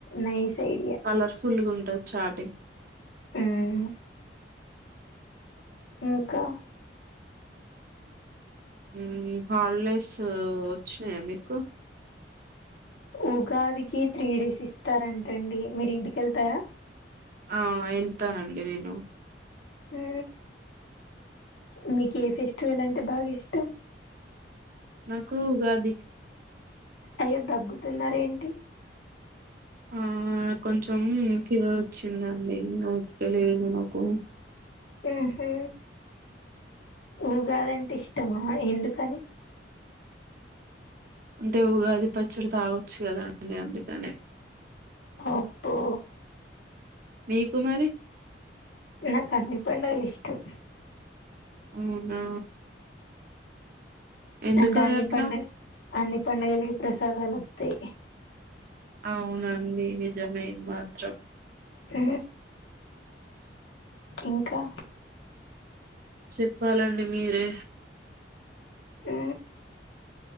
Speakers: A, on the left; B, on the right.
A: nice idea
B: colourful గుంటద్ చాటింగ్
A: మ్మ్
B: మ్
A: ఇంకా
B: మ్మ్ హాలిడేస్ వచ్చినాయా మీకు
A: ఉగాదికి త్రీ డేస్ ఇస్తారంటండి మీరింటికి ఎళ్తారా
B: ఆ ఎళ్తానండి నేను
A: ఊ మీకు ఏ ఫెస్టివల్ అంటే బాగిష్టం
B: నాకు ఉగాది
A: అయ్యో దగ్గుతున్నారేంటి
B: ఆ కొంచెం ఫీవర్ వచ్చిందండి ఉతకలేదు నాకు
A: ఆహా ఊగాదంటే ఇష్టమా ఎందుకని
B: అంటే ఉగాది పచ్చడి తాగొచ్చు కదాండి అందుకనే
A: అప్పో
B: మీకు మరి
A: నాకన్ని పండగలిష్టం
B: అవునా ఎందుకని
A: అంటే అన్ని
B: అట్లా
A: పండగ్ అన్ని పండగలకి ప్రసాదాలొత్ తే
B: అవునండి నిజమేది మాత్రం
A: తా ఇంకా
B: చెప్పాలండి మీరే
A: ఆ